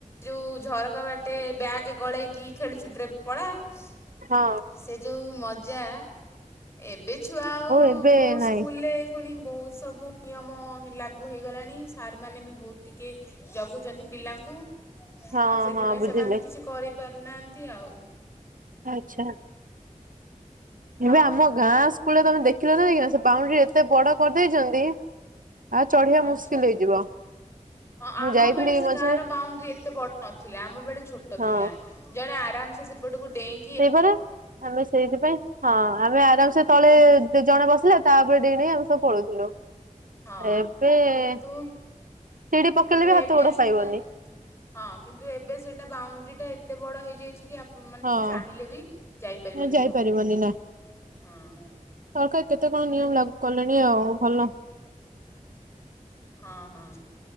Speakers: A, on the left (about 20°); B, on the right (about 85°).
A: ଯୋଉ ଝରକା ବାଟେ ବ୍ୟାଗେ ଗଳେଇକି ଖେଳ ଛୁଟିରେ ପଳା। ହ <inaudible>
B: ହଁ
A: ସେ ଯୋଉ ମଜା ଏବେ ଛୁଆ ଆଉ
B: ଏବେ
A: ବହୁତ୍
B: ନାଇଁ
A: ସ୍କୁଲରେ ପୁଣି ବହୁତ୍ ସବୁ ନିୟମ ହେଲା। ଲାଗୁ ହେଇଗଲାଣି ସାରମାନେ ବି ବହୁତ୍ ଟିକେ ଜଗୁଚନ୍ତି ପିଲାଙ୍କୁ।
B: ହଁ
A: ଆଉ ସେଥିପାଇଁ
B: ହଁ ବୁଝିଲି
A: ସେମାନେ କିଛି କରିପାରୁନାହାନ୍ତି ଆଉ।
B: ଆଚ୍ଛା।
A: ହଁ
B: ଏବେ ଆମ ଗାଁ ସ୍କୁଲରେ ତମେ ଦେଖିଲ ନା ନାଇକା ସେ ବାଉଣ୍ଡ୍ରି ଏତେ ବଡ କରିଦେଇଚନ୍ତି ଚଢିବା
A: ଆଚ୍ଛା
B: ମୁସ୍କିଲ୍
A: ଆଚ୍ଛା।
B: ହେଇଯିବ।
A: ହଁ ଆମ
B: ମୁଁ ଯାଇଥିଲି
A: ବେଳେ ସେ
B: ମଝିରେ
A: ଗାଁ ର ବାଉଣ୍ଡ୍ରି ଏତେ ବଡ ନଥିଲା ଆମ ବେଳେ ଛୋଟ
B: ହଁ
A: ଥିଲା। ଜଣେ ଆରାମ୍ ସେ ସେପଟକୁ ଡେଇଁ
B: ସେଇପରା ଆମେ ସେଇଥି ପାଇଁ ହଁ ଆମେ ଆରାମ ସେ ତଳେ
A: କି
B: ସେ ଜଣେ ବସିଲେ ତାପରେ ଡେଇଁ ଡେଇଁ ଆମେ ସବୁ ପଳଉଥିଲୁ।
A: ହଁ
B: ଏବେ
A: କିନ୍ତୁ
B: ସିଡି ପକେଇଲେ
A: କିନ୍ତୁ
B: ବି ହାତ
A: ଏବେ
B: ଗୋଡ
A: ସେଇଟା
B: ପାଇବନି।
A: ହଁ କିନ୍ତୁ ଏବେ ସେଇଟା ବାଉଣ୍ଡ୍ରିଟା ଏତେ ବଡ଼ ହେଇଯାଇଛି କି ଆ ମାନେ
B: ହଁ
A: ତମେ ଚାହିଁଲେ ବି ଯାଇପାରିବନି
B: ଯାଇପାରିବନି
A: ସେ ଉପରକୁ
B: ନା
A: ହଁ।
B: ସରକାର କେତେ କଣ ନିୟମ ଲାଗୁ କଲେଣି ଆଉ ଭଲ।
A: ହଁ ହଁ।